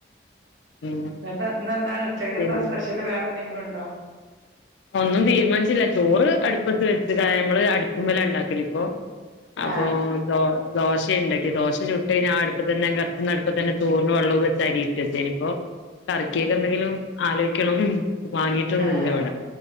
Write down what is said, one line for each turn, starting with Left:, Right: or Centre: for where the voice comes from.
Left: ഉം
Right: ന്താ ഇന്നേന്താണ് ഉച്ചയ്ക്ക്
Left: പിന്നെ
Right: എന്ത സ്പെഷ്യല് വേറെ എന്തെങ്കിലും ഉണ്ടോ
Left: ഒന്നും തീരുമാനിച്ചില്ല ചോറ് അടുപ്പത്ത് വെച്ച് നമ്മള് അടുപ്പും വല ഉണ്ടാക്കല ഇപ്പൊ അപ്പൊ
Right: ആഹ്
Left: ദോശയുണ്ടാക്കെ ദോശ ചുട്ട് കഴിഞ്ഞാ ആഹ് അടുപ്പ തന്നെ കത്തുന്ന അടുപ്പ തന്നെ ചോറി വെള്ളവും വെച്ച് അരിയിട്ട് ശരിപ്പൊ കറക്കിയൊക്കെ
Right: ആഹ്
Left: എന്തെങ്കിലും ആലോയ്ക്കണം വാങ്ങിട്ടൊന്നുംല്ല
Right: ആഹ്
Left: അവിടെ